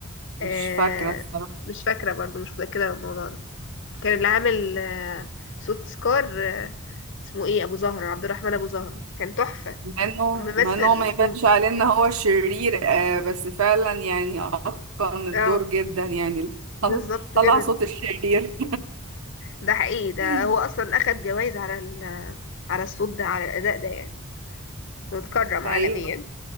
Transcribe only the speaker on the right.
مش
فاكرة الصراحة
مع انه
مع انه ما يبانش
عليه ان هو شرير آه بس فعلا يعني اتقن الدور
جدا يعني
طل- طلع
صوت الشرير
<laughs>
ايوه